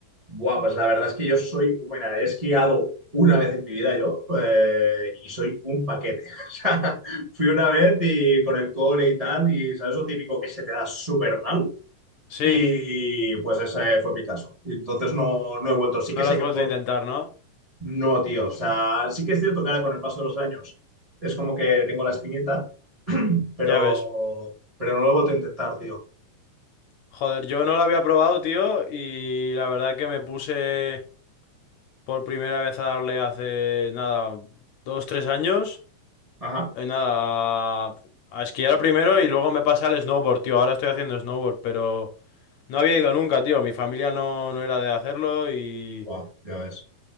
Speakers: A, on the right; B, on the left.
A: Buah, pues la verdad es que yo soy, bueno, he esquiado una vez en mi vida yo eh, y soy un paquete. <laughs> O sea, fui una vez y con el cole y tal, y sabes lo típico que se te da súper mal.
B: Sí,
A: Y pues ese fue mi caso. Y Entonces no, no he vuelto. Sí
B: no
A: que sé
B: lo has
A: que
B: vuelto
A: por...
B: a intentar, ¿no?
A: No, tío. O sea, sí que es cierto que ahora con el paso de los años es como que tengo la espinita, <clears throat> pero,
B: Ya ves.
A: pero no lo he vuelto a intentar, tío.
B: Joder, yo no lo había probado, tío, y la verdad que me puse por primera vez a darle hace nada, dos, tres años.
A: Ajá.
B: Eh, Nada, a esquiar primero y luego me pasé al snowboard, tío. Ahora estoy haciendo snowboard, pero no había ido nunca, tío. Mi familia no, no era de hacerlo y
A: Wow, ya ves.